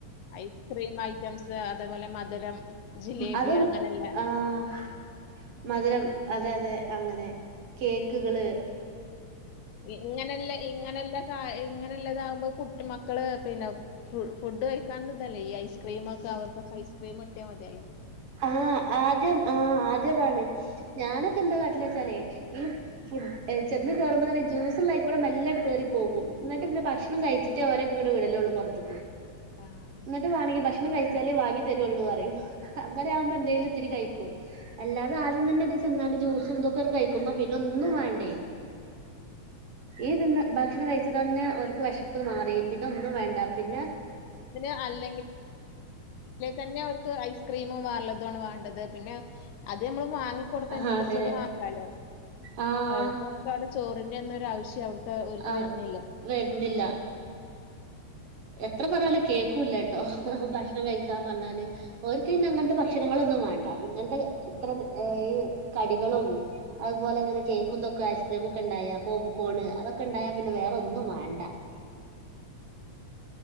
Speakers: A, on the left; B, on the right.
A: ഐസ്ക്രീം ഐറ്റംസ് അതേപോലെ മധുരം ജിലേബി
B: അതും
A: അങ്ങനെല്ല
B: ആഹ മധുരം അതെ അതെ അങ്ങനെ കേക്കുകൾ
A: ഇങ്ങനെല്ല ഇങ്ങനെല്ല ഇങ്ങനെല്ലതാകുമ്പോ കുട്ടി മക്കള് പിന്നെ ഫുഡ് കഴിക്കാതെ അല്ലേ ഈ ഐസ്ക്രീമ ഒക്കെ അവർക്കൊക്ക ഐസ്ക്രീമ ഒട്ട മതി അല്ല
B: ആഹ് ആദ്യം ആഹ് ആദ്യതാണ് ഞാനൊക്കെ എന്താ കാട്ടില വച്ചാലേ ഈ ചെന്ന് കേയറ്പോ തന്നെ ജൂസിലായി കൂടെ മേലേ കയറി പോകും എന്നിട്ട് പിന്നെ ഭക്ഷണം കഴിച്ചിട്ട് അവരെ വിടലള്ളൂ പുറത്ത
A: ആഹ്
B: എന്നിട്ട് വാണെങ്കി ഭക്ഷണം കഴിച്ചാലേ വാങ്ങി വാങ്ങി തരുവോള്ളൂയെന്നു പറയും അങ്ങനെക്കുമ്പോ എന്തേലും ഇത്തിരി കഴിക്കും അല്ലാതെ ആദ്യതന്നെ ജ്യൂസ്‌ കഴിക്കുമ്പോ പിന്നെ ഒന്നും വേണ്ടേ ഇതു ഭക്ഷണം കഴി തന്നെ അവർക്ക് വിശപ്പ് മാറി പിന്നെ ഒന്നും വേണ്ട പിന്നെ
A: അതിന് അല്ലെങ്കിൽ അല്ലെ തന്നെ അവർക്ക് ഐസ്ക്രീമും വേറെള്ളതമാണ് വേണ്ടത് പിന്നെ അത് നമ്മള് ങ്ങടു നമ്മെച്ചോ
B: ആഹ് അതെ
A: മാക്കാലോ
B: ആഹ്
A: അവർക്കു ചോറിന്റെവശ്യവില്ലലോ ഒരുക്ക്
B: ആഹ്
A: വരുന്നില്ല
B: വരുന്നില്ല എത്ര പറഞ്ഞാലും കേക്കൂല്ല കേട്ടോ ഭക്ഷണം കഴിക്കാൻ പറഞ്ഞാൽ ഓർക്ക് അങ്ങനത്തെ ഭക്ഷണങ്ങള ഒന്നും വേണ്ട ഇങ്ങനത്തെ ഇത്ര ഈ കടികളും അതുപോലെ അങ്ങനെ കേക്കുംന്തൊക്കെ ഐസ്ക്രീമ ഒക്കെ ഉണ്ടായ പോപ്കോണ് അതൊക്കെ ഉണ്ടായ പിന്നെ വേറെൊന്നും വേണ്ട <inaudible>